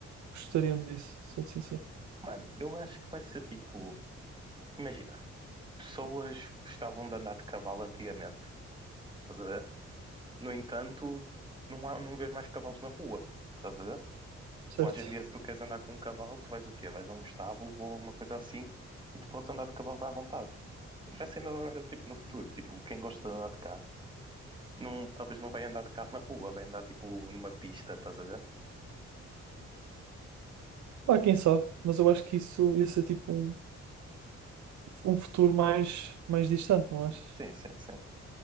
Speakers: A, on the right; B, on the right.
A: gostariam disso, sou sincero,
B: mano, eu acho que vai ser tipo. Imagina, pessoas gostavam de andar de cavalo antigamente, estás a ver? No entanto, não, há, não vês mais cavalos na rua, estás a ver?
A: certo?
B: Hoje em dia, se tu queres andar com um cavalo, tu vais o quê? Vais a um estábulo ou uma coisa assim e tu podes andar de cavalo à vontade. Vai ser a mesma merda tipo, no futuro. Tipo, quem gosta de andar de carro Não, talvez não vai andar de carro na rua, vai andar tipo numa pista, estás a ver?
A: Pá, quem sabe, mas eu acho que isso ia ser tipo um, um futuro mais, mais distante, não achas?
B: Sim, sim, sim.